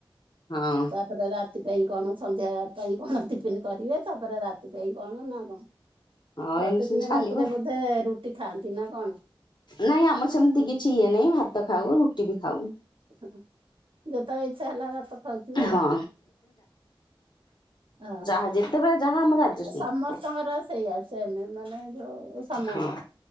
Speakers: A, on the left; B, on the right.
A: ହଁ
B: ତାପରେ ରାତି ପାଇଁ କଣ ସନ୍ଧ୍ୟା ପାଇଁ କଣ ଟିଫିନ କରିବେ ତାପରେ ରା ସେଥିପାଇ କଣ ନା କଣ
A: ହଁ
B: ପ୍ରତିଦିନ
A: ଏମିତି ସବୁ ଚାଲିବ
B: ରାତିରେ ବୋଧେ ରୁଟି ଖାଆନ୍ତି ନା କଣ?
A: ନାଇଁ ଆମର ସେମିତି କିଛି ଇଏ ନାହିଁ ଭାତ ଖାଉ ରୁଟି ବି ଖାଉ।
B: ହଁ ଯେତେଳେ ଇଛା ହେଲା ରତ ଖାଉଥିବେ ଆଉ
A: ହଁ
B: ହଁ।
A: ଆଉ ଯେତେବେଳେ ଯାହା ଆମର ଆଡଜଷ୍ଟ
B: ସମସ୍ତଙ୍କର
A: ହଁ
B: ସେଇଆସ ଏମ ମାନେ ଯୋଉ ସମାନ।
A: ହଁ